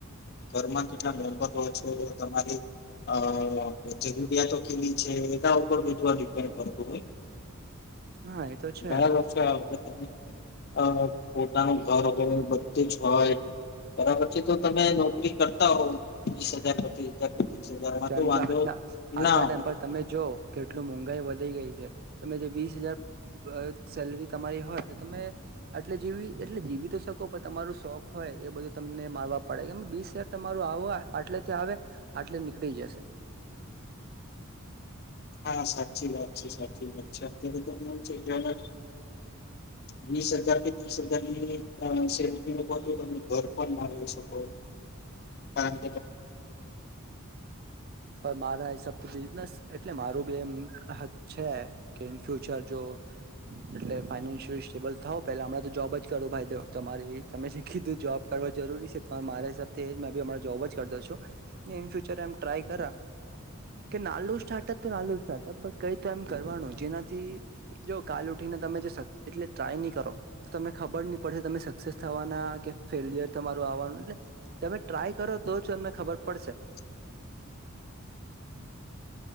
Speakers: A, on the left (about 45°); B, on the right (about 45°).
A: ઘરમાં કેટલા ર પહોચો તમારી અ જરૂરિયાતો કેવી છે એના ઉપર બધવા ડિપેન્ડ કરતું હોય <inaudible>
B: હા એ તો છે
A: ઘણા
B: એમ
A: લોકો હવે અ પોતાનું ઘર હોય બધી જ હોય બરાબરછ તો તમે નોકરી કરતા હોવ વીસ હજાર પચીસ હજાર પચીસ હજારમાં
B: કેમ
A: તો વાંધો
B: કે આજના આજના
A: ના
B: ટાઈમ
A: હોય.
B: પર તમે જો કેટલું મોંઘાઈ વધી ગઈ છે તમે જે વીસ હજાર સેલરી તમારી હોય તો તમે આટલે જીવી એટલે જીવી તો તમારું શોખ હોય એ બધું તમને મારવા પડે કે બીસ હજાર તમારું આવો આટલેથી આવે આટ પનીકળ જશે
A: હા સાચી વાત છે સાચી વાત છે અત્યારે તોને છે કે્યાલ જ વીસ હજાર કે ત્રીસ હજારની સેલરી ન તમે ઘર પણ મારી શકો હા
B: પણ મારા હસાબ તો બિઝનેસ એટલે મારું બી એમ હ છે કે ઇન ફ્યુચર જો એટલે ફાઈશય સેબલ થાવ પેલા હમણાં જોબ જ કરવું ભાઈ દેવ તમારે તમે શી કીધું જોબ કરવ જરૂરી છે તો મારાબ મે જોબ જ કરતો છું ઈન ફ્યુચર એમ ટ્રાય કર
A: <inaudible>
B: કે નાલું સ્ટાર્ટઅપ તો નાલું સ્ટાર્ટઅપ પણ કઈ તો એમ કરવાનું જેનાથી જો કાલ ઉઠીને મે એટલે ટ્રાય નહી કરો તમને ખબર નહી પડશે તમે સક્સેસ થવાના કે ફેલિયર તમાું એટ તમે ટ્રાય કરો તો જ તમને ખબર પડશે
A: <inaudible>
B: હ